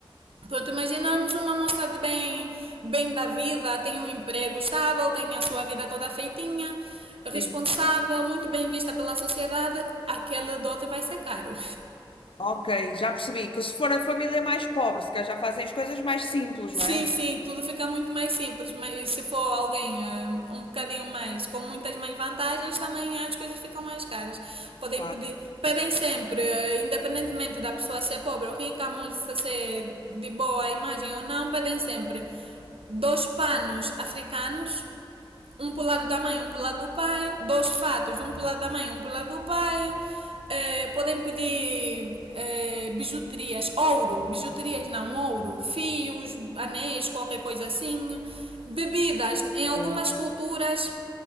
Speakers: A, on the right; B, on the left.
A: Pronto, imaginamos uma moça de bem, bem da vida, tem um emprego estável, tem a sua vida toda feitinha, responsável,
B: Sim.
A: muito bem vista pela sociedade, aquele dote vai ser caro.
B: Ok, já percebi que se for a família mais pobre, se calhar já fazem as coisas mais simples,
A: Sim,
B: não é?
A: sim, tudo fica muito mais simples, mas se for alguém eh, um bocadinho mais, com muitas mais vantagens, também as coisas ficam mais caras. Podem
B: Claro.
A: pedir, pedem sempre, eh, independentemente da pessoa ser pobre ou rica, a moça ser de boa imagem ou não, pedem sempre dois panos africanos um pro lado da mãe, um pro lado do pai. Dois fatos, um pro lado da mãe, um pro lado do pai. Eh, podem pedir eh, bijuterias, ouro, bijuterias não, ouro, fios, anéis, qualquer coisa assim. Bebidas, em algumas
B: Ok.
A: culturas,